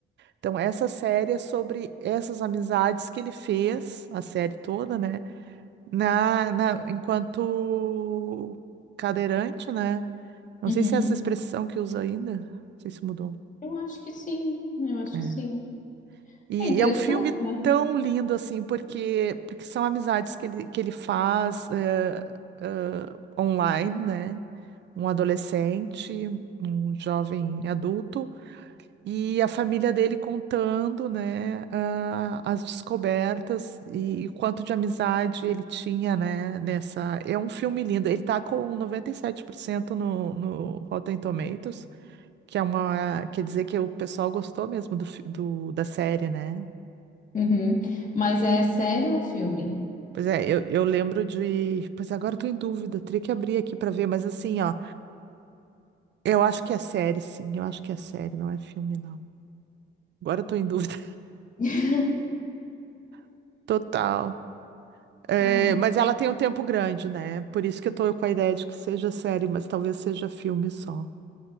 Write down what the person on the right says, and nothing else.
Então, essa série é sobre essas amizades que ele fez, a série toda, né? Na, na, enquanto cadeirante, né? Não
sei se é essa expressão que usa ainda. Não sei se mudou.
É.
E,
e é um filme
tão lindo, assim, porque, porque são amizades que ele, que ele faz eh, eh, online, né? Um adolescente, um jovem adulto. E a família dele contando, né, ah, as descobertas e, o quanto de amizade ele tinha, né, nessa... É um filme lindo. Ele tá com 97% no, no Rotten Tomatoes, que é uma... Quer dizer que o pessoal gostou mesmo do, fi- do- da série, né?
Pois é, eu, eu lembro de... Pois agora eu tô em dúvida, teria que abrir aqui pra ver, mas assim, ó, eu acho que é série, sim, eu acho que é série, não é filme, não. Agora eu tô em dúvida
<laughs> total. É,
mas ela tem um tempo grande, né? Por isso que eu tô com a ideia de que seja série, mas talvez seja filme só.